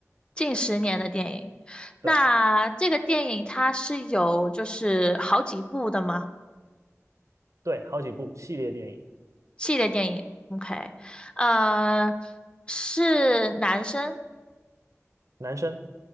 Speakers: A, on the left; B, on the right.
A: 近十年的电影。那这个电影它是有就是好几部的吗？
B: 对对，好几部系列电影，
A: 系列电影，OK，呃，是男生，
B: 男生